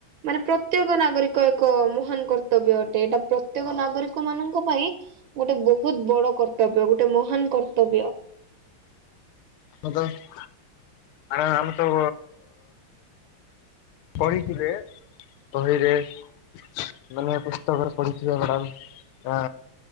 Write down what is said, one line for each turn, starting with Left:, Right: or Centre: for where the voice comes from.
Right: ମାନେ ପ୍ରତ୍ୟେକ ନାଗରିକ ଏକ ମହାନ କର୍ତ୍ତବ୍ୟ ଅଟେ ଏଇଟା ପ୍ରତ୍ୟେକ ନାଗରିକ ମାନଙ୍କ ପାଇଁ ଗୋଟେ ବହୁତ ବଡ କର୍ତ୍ତବ୍ୟ ଗୋଟେ ମହାନ କର୍ତ୍ତବ୍ୟ।
Left: <unintelligible> ଆ ଆମେ ତ ପଢିଥିବେ ବହିରେ ମାନେ ପୁସ୍ତକରେ ପଢିଥିବେ ମ୍ୟାଡାମ। ଆ ଆ